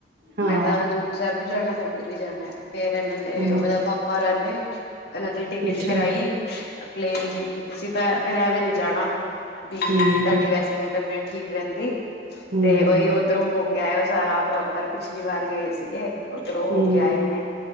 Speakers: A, on the right (about 60°); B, on the left (about 65°).
A: ਹਾਂ
B: ਮੈਂ ਤਾਂ ਹਜ਼ੂਰ ਸਾਹਿਬ ਵੀ ਜਾਣਾ ਮੰਦਰ ਵੀ ਜਾਣਾ ਫੇਰ ਇਹਨਾਂ ਨੇ
A: ਹਾਂ
B: ਉਹਦਾ ਪਾਪਾ ਰ ਨੇ ਹਨ ਟਿਕਟ
A: ਅੱਛਾ
B: ਕਰਾਈ ਪਲੇਨ ਦੀ ਕੀਤੀ ਸੀ ਤਾਂ ਫੇਿਰ ਐਵੇਂ ਨੀ ਜਾਣਾ ਬ ਤੁਹਾਡੀ
A: ਹਮ
B: ਵੈਸੇ ਤਾਂ ਬੇ ਠੀਕ ਰਹਿੰਦੀ
A: ਹਮ
B: ਤੇ ਉਹੀ ਉਓਧਰੋਂ ਕ ਉਹ ਸਾਰਾ ਪ੍ਰੋਪਰ ਪਿਛਲੀ ਵਾਰ ਗਏ ਸੀਗੇ ਉਓਧਰੋਂ ਹੋ
A: ਹਮ
B: ਕੇ ਆਏ ਨੇ